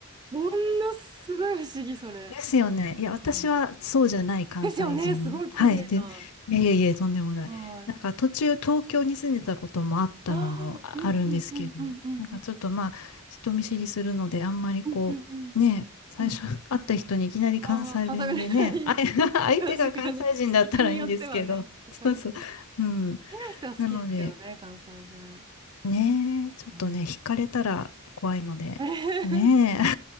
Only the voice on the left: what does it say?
ですよね。いや、私はそうじゃない関西人。
はい。で、いやいやいや、とんでもない。
なんか途中東京に住んでたこともあったのもあるんですけど、
なんかちょっとまあ、人見知りするので、あんまりこう、
ね、最初
<laughs> 会った人にいきなり関西弁でね、
あい
<laughs> 相手が関西人だったらいいんですけど、
そうそう。うん。
なので、
ね、ちょっとね、
惹かれたら怖いので、
ね